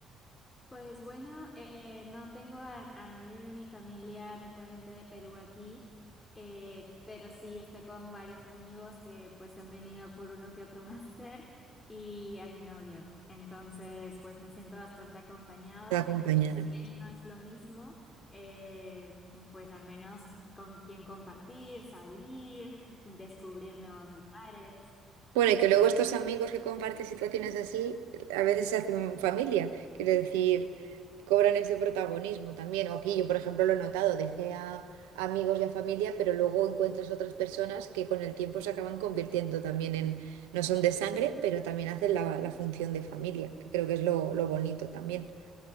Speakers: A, on the left; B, on the right.
A: Pues bueno, eh, no tengo a, a nadie de mi familia netamente de Perú aquí, eh, pero sí estoy con varios amigos que pues han venido por uno que otro <laughs> máster y a mi novio. Entonces pues me siento bastante acompañada.
B: te acompañada.
A: Si bien no es lo mismo, eh, pues al menos con quien compartir, salir, <laughs> descubrir nuevos lugares.
B: Bueno, y que luego estos amigos que comparten situaciones así, a veces se hacen familia, quiero decir, cobran ese protagonismo también. O aquí yo, por ejemplo, lo he notado, dejé a amigos y a familia, pero luego encuentras otras personas que con el tiempo se acaban convirtiendo también en, no son de sangre, pero también hacen la, la función de familia, que creo que es lo, lo bonito también.